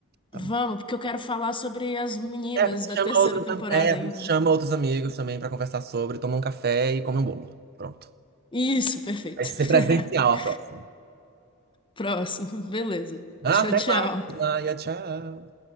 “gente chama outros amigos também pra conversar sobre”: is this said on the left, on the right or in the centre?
Right